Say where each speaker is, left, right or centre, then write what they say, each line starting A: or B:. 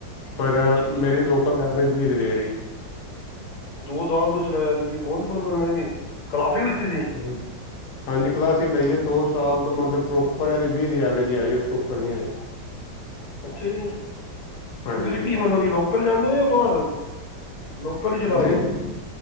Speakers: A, on the left; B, on the left.
A: ਪਰ
B: ਅੱਛਾ ਅੱਛਾ
A: ਮੇਰੀ ਲੋਕਲ ਐਵਰੇਜ ਵੀ ਨਹੀਂ ਦੇ ਰਹੀ ਹੈ
B: ਦੋ ਸਾਲ ਤੋਂ ਚਲਾਇਆ ਤੁਸੀਂ ਬਹੁਤ ਬੜ ਮਨੀ ਕਲਾਸਿਕ ਲਿੱਤੀ ਸੀ
A: ਹਾਂ ਹਾਂਜੀ ਕਲਾਸੀ ਹੀ ਲਈਏ ਦੋ ਸਾਲ ਤੋਂ ਮਤਲਬ ਪ੍ਰੋਪਰ ਇਹਦੀ ਵੀਹ ਦੀ ਐਵਰੇਜ ਹੀ ਆਈ ਉਸ ਤੋਂ ਉੱਪਰ ਨਹੀਂ ਆਈ।
B: ਅੱਛਾ ਜੀ। ਤੇ
A: ਹਾਂਜੀ
B: ਫਿਰ ਕੀ ਮਤਲਬ ਕੀ ਲੋਕਲ ਜਾਂਦੇ ਹੋ ਜਾਂ ਬਾਹਰ ਲੋਕਲ ਹੀ ਚਲਾ
A: ਨਹੀਂ
B: ਰਹੇ ਹੋ।